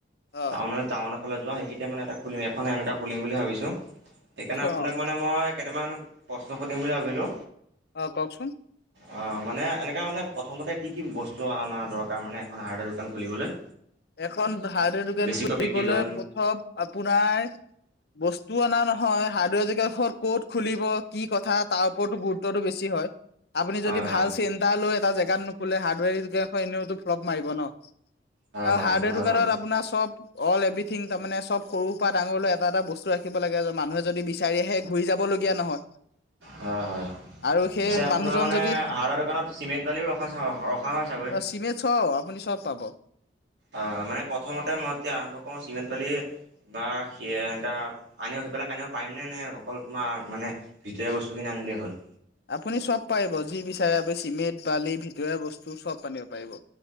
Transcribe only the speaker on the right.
টাউ টাউনৰ ফালে যোৱা সেইখিন এতিয়া মানে এটা খুলিম এখন সনেকুৱা খুলিম বুলি ভাবিছো সেইকাৰণে
আপোনাক মানে মই কেইটামান প্ৰশ্ন সুধিম বুলি ভাবিলো।
অ মানে এনেকা মানে প্ৰথমতে কি কি বস্তু অনা দৰকাৰ মানে এখন হাৰ্ডৱেৰ দোকান খুলিবলৈ
বেছিকৈ
বিক্ৰী যোৱা
হয়
হয়
হয়
হয়
সেইটো হয়
বাৰু
হয় হয়
পিছে আপোনাৰ
মানে
হাহৰ দোকানত চিমেণ্ট বালিও ৰখা - ৰখা হয় চাগৈ।
আ মানে প্ৰথমতে মই এতিয়া আৰম্ভ কৰো চিমেণ্ট বেলি বা সে এনেকা আন <unintelligible> বিলাক আনিব পাৰিম নে নোৱাৰি অকল তোমাৰ মানে ভিতৰীয়া বস্তুখিনি আনিলেই হ'ল